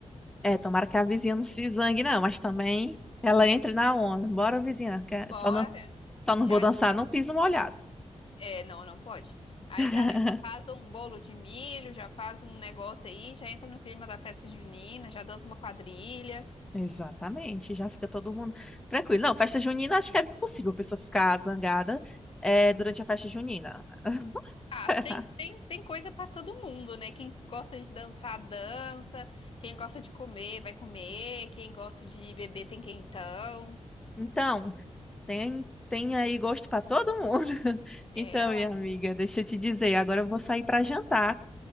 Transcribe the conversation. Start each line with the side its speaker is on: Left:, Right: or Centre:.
Centre: é, tomara que a vizinha não se zangue, não, mas também ela entre na onda. Bora, vizinha, que é-
Left: Bora!
Centre: só não, só não
Left: Já,
Centre: vou dançar num piso molhado.
Left: É, não, não pode.
Centre: <laughs>
Left: Aí já, já faz um bolo de milho, já faz um negócio aí, já entra no clima da festa junina, já dança uma quadrilha.
Centre: Exatamente, já fica todo mundo tranquilo. Não, festa junina, acho que é possível a pessoa ficar zangada, é, durante a festa junina. <laughs>
Left: Ah,
Centre: Será?
Left: tem, tem, tem coisa pra todo mundo, né? Quem gosta de dançar, dança. Quem gosta de comer, vai comer. Quem gosta de beber, tem quentão.
Centre: Então, tem, tem aí gosto para todo mundo. <laughs>
Left: É,
Centre: Então,
Left: eu
Centre: minha
Left: acho.
Centre: amiga,
Left: que-
Centre: deixa eu te dizer, agora eu vou sair para jantar.